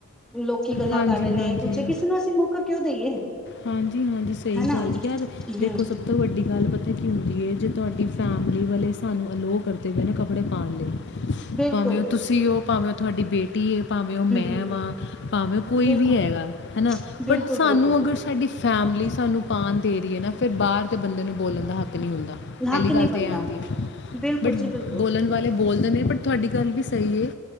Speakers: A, in the centre; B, on the left.
A: ਲੋਕੀ ਗੱਲਾਂ
B: ਹਾਂਜੀ,
A: ਕਰ ਰਹੇ ਨੇ
B: ਹਾਂਜੀ
A: ਕੁਛ ਕਿਸੇ ਨੂੰ ਅਸੀਂ ਮੌਕਾ ਕਿਉਂ ਦੇਈਏ
B: ਹਾਂਜੀ, ਹਾਂਜੀ ਸਹੀ
A: ਹਨਾ
B: ਗੱਲ, ਯਾਰ
A: ਹੂੰ
B: ਦੇਖੋ, ਸਭ ਤੋਂ ਵੱਡੀ ਗੱਲ ਪਤਾ ਕੀ ਹੁੰਦੀ ਏ ਤੁਹਾਡੀ ਫੈਮਿਲੀ ਵਾਲੇ ਸਾਨੂੰ ਅਲੋਅ ਕਰਦੇ ਪਏ ਨੇ ਕੱਪੜੇ ਪਾਉਣ ਲਈ।
A: ਬਿਲਕੁਲ
B: ਭਾਵੇਂ ਉਹ ਤੁਸੀਂ ਉਹ ਭਾਵੇਂ ਉਹ ਤੁਹਾਡੀ ਬੇਟੀ ਏ। ਭਾਵੇਂ ਉਹ ਮੈਂ
A: ਹੂੰ ਹੂੰ
B: ਵਾਂ ਭਾਵੇਂ ਕੋਈ
A: ਬਿਲਕੁਲ
B: ਵੀ ਹੈਗਾ, ਹਨਾ
A: ਬਿਲਕੁਲ
B: ਬਟ ਸਾਨੂੰ
A: ਬਿਲਕੁਲ
B: ਅਗਰ ਸਾਡ ਸਾਡੀ ਫੈਮਲੀ ਸਾਨੂੰ ਪਾਉਣ ਦੇ ਰਹੀ ਹੈ ਨਾ, ਫਿਰ ਬਾਹਰ ਦੇ ਬੰਦੇ ਨੂੰ ਬੋਲਣ ਦਾ ਹੱਕ ਪਹਿਲੀ
A: ਹੱਕ ਨਹੀਂ
B: ਗੱਲ
A: ਬਣਦਾ
B: ਤੇ ਇਹ ਆਉਂਦੀ,
A: ਬਿਲਕੁਲ
B: ਬਟ
A: ਜੀ ਬਿਲਕੁਲ
B: ਬੋਲਣ ਵਾਲੇ ਤਾਂ ਬੋਲ <unintelligible> ਤੁਹਾਡੀ ਗੱਲ ਵੀ ਸਹੀ ਏ।